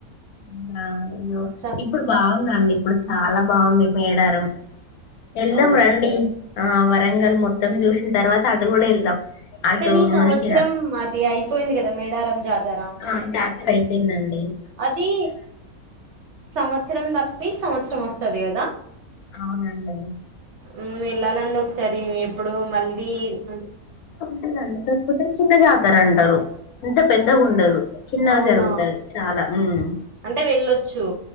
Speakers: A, on the left; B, on the right.
A: అవునా య్యో
B: చ
A: ఇప్పుడు బాగుంద అండి ఇప్పుడు చాలా బాగుంది మేడారం ఎల్దం
B: అవునండి
A: రండి ఆ వరంగల్ మొత్తం చూసిన తర్వాత అటు కూడా వెళ్దాం అటు
B: కానీ ఈ సంవత్సరం
A: మంచిగా
B: అది అయిపోయింది కదా మేడారం జాతర
A: ఆ జాత్ తర అయిపోయిందన్
B: అది సంవత్సరం తప్పి సంవత్సరం వస్తది కదా
A: అవునండి
B: మ్మ్ వెళ్ళాలండి ఒకసారి ఎప్ ఇప్పుడు మళ్ళీ అన్
A: ఉంటది అండి కాకపోతే చిన్న జాతర అంటారు అంటే పెద్దగుండదు చిన్నగా
B: అవునా
A: జరుగుతది చాలా ఉమ్
B: అంటే వెళ్ళొచ్చు